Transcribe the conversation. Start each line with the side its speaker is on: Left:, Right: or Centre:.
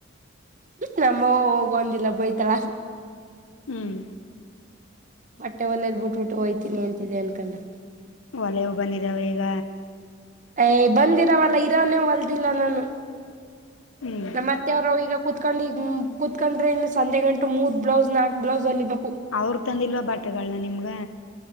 Right: ನಮ್ಮ ಹೋಗುವಂದಿಲ್ಲ ಬಯ್ತಾಳ
Left: ಹ್ಮ್
Right: ಬಟ್ಟೆ ವಲ್ಯದ್ ಬಿಟ್ಬಿಟ್ಟು ಹೋಯ್ತೀನಿ ಅಂತಿದೆ ಅನ್ಕೊಂಡು
Left: ಒಲೆವು ಬಂದಿದ್ದಾವ ಈಗ
Right: ಯ ಬಂದಿರವಲ್ಲ ಇರೋನೇ ಹೊಲ್ದಿಲ್ಲ ನಾನು
Left: ಹ್ಮ್
Right: ನಮ್ಮತ್ತೆವರ ಈಗ ಕೂತ್ಕೊಂಡು ಈ ಕೂತ್ಕೊಂಡ್ರೆ ಇನ್ನು ಸಂಜೆ ಗಂಟು ಮೂರ್ ಬ್ಲೌಸ್ ನಾಲ್ಕ್ ಬ್ಲೌಸ್ ವಲ್ಲಿ ಬೆ
Left: ಅವ್ರ ತಂದಿಲ್ವ ಬಾಟೆಗಳನ ನಿಮ್ಗ